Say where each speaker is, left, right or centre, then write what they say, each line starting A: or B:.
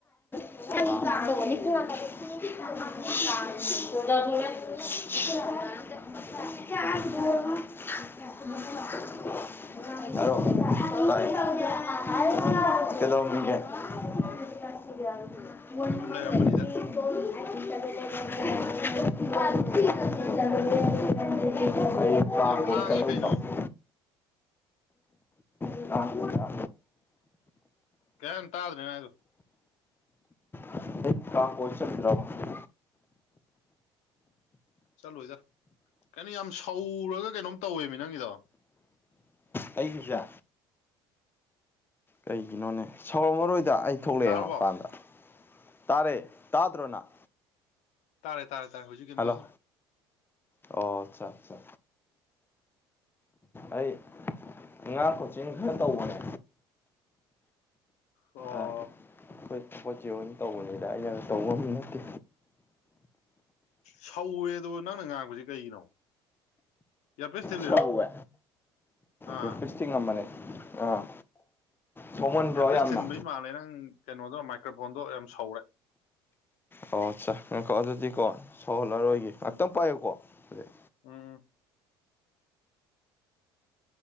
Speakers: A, on the left; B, on the left.
A: UNINTELLIGIBLE <inaudible> <unintelligible> ꯍꯥꯏꯔ‌ꯣ ꯇꯥꯏ <unintelligible> ꯀꯩꯗꯧꯔꯝꯃꯤꯒ‌ꯦ <unintelligible>
B: ꯁꯨꯝ ꯂꯩꯔꯝꯕꯅꯤꯗ
A: <unintelligible> <unintelligible>
B: ꯌꯥꯝ ꯂꯥꯡꯉꯤ ꯀꯩꯅꯣ
A: <unintelligible>
B: ꯀꯦꯝ ꯇꯥꯗ꯭ꯔꯦ ꯅꯪ ꯍꯥꯏꯗꯨ
A: <inaudible>
B: ꯆꯠꯂꯣꯏꯗꯥ ꯀꯩꯅꯣ ꯌꯥꯝ ꯁꯧꯔꯒ ꯀꯩꯅꯣꯝ ꯇꯧꯋꯦꯃꯤ ꯅꯪꯒꯤꯗꯣ
A: ꯑꯩꯒꯤꯁꯦ ꯀꯩꯒꯤꯅꯣꯅꯦ ꯁꯥꯎꯔꯝꯃꯔꯣꯏꯗ ꯁꯤꯗ ꯑꯩ ꯊꯣꯛꯂꯛꯑꯦ
B: ꯇꯥꯔꯕꯣ
A: ꯃꯄꯥꯟꯗ ꯇꯥꯔꯦ ꯇꯥꯗ꯭ꯔꯣꯅꯪ
B: ꯇꯥꯔ ꯇꯥꯔ ꯇꯔꯦ ꯍꯧꯖꯤꯛꯀꯔꯤꯝꯇꯧꯗ꯭ꯔꯦ
A: ꯍꯜꯂꯣ ꯑꯣ ꯑꯆꯥ ꯑꯆꯥ ꯑꯩ ꯑꯉꯥꯡ ꯀꯣꯆꯤꯡ ꯈꯔ ꯇꯧꯕꯅꯦ
B: ꯑꯣ
A: ꯑꯥ ꯑꯩꯈꯣꯏ ꯆꯦ ꯑꯣꯏꯅ ꯇꯧꯕꯅꯤꯗ ꯑꯩꯅ ꯇꯧꯕ ꯑꯃ ꯅꯠꯇꯦ
B: ꯁꯧꯋꯦꯗꯣ ꯅꯪꯅ ꯉꯥꯡꯄꯁꯦ ꯀꯩꯒꯤꯅꯣ ꯏꯌꯥꯔꯄꯤꯁ ꯊꯤꯜꯂꯤꯔꯣ
A: ꯁꯧꯋꯦ
B: ꯑꯥ
A: ꯏꯔꯐꯤꯁ ꯊꯤꯡꯉꯝꯕꯅ‌ꯦ ꯑꯥ ꯁꯧꯃꯟꯕ꯭ꯔꯣ
B: ꯏꯌꯥꯔꯕꯤꯁ
A: ꯌꯥꯝꯅ
B: ꯊꯤꯟꯕꯩ ꯃꯥꯜꯂꯦ ꯅꯪ ꯀꯩꯅꯣꯗꯣ ꯃꯥꯏꯀ꯭ꯔꯣꯐꯣꯟꯗꯣ ꯌꯥꯝ ꯁꯧꯔꯦ
A: ꯑꯣ ꯑꯆꯥ ꯉꯥꯏꯈ‌ꯣ ꯑꯗꯨꯗꯤꯀꯣ ꯁꯧꯍꯜꯂꯔꯣꯏꯒꯦ ꯉꯥꯛꯇꯪ
B: ꯎꯝ
A: ꯄꯥꯏꯌꯨꯀꯣ ꯍꯧꯖꯤꯛ
B: ꯎꯝ